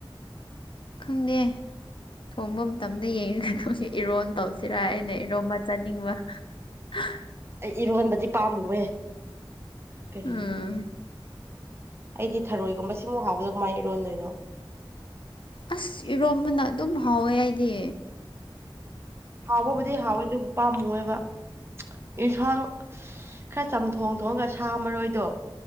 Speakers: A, on the left (about 65°); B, on the right (about 30°).
A: ꯈꯪꯗꯦ ꯊꯣꯡꯕ ꯃꯇꯝꯗ ꯌꯦꯡꯉ ꯇꯧꯁꯤ ꯏꯔꯣꯟ ꯇꯧꯁꯤꯔ ꯑꯩꯅ ꯏꯔꯣꯝꯕ ꯆꯥꯅꯤꯡꯕ <inaudible>
B: ꯑꯩ ꯏꯔꯣꯟꯕꯗꯤ ꯄꯥꯝꯃꯨꯋꯦ ꯀꯔꯤ
A: ꯎꯝ
B: ꯑꯩꯗꯤ ꯊꯔꯣꯏꯒꯨꯝꯕ ꯁꯤꯃꯨꯛ ꯍꯥꯎꯕꯗ ꯀꯃꯥꯏꯟ ꯏꯔꯣꯟꯗꯣꯏꯅꯣ
A: ꯑꯁ ꯏꯔꯣꯝꯕꯅ ꯑꯗꯨꯝ ꯍꯥꯎꯋꯦ ꯑꯩꯗꯤ
B: ꯍꯥꯎꯕꯕꯨꯗꯤ ꯍꯥꯎꯋꯦꯗꯨ ꯄꯥꯝꯃꯨ ꯌꯦꯕ ꯑꯦꯟꯁꯥꯡ ꯈꯔ ꯆꯝꯊꯣꯡ ꯊꯣꯡꯉꯒ ꯁꯥ ꯃꯔꯣꯏꯗꯣ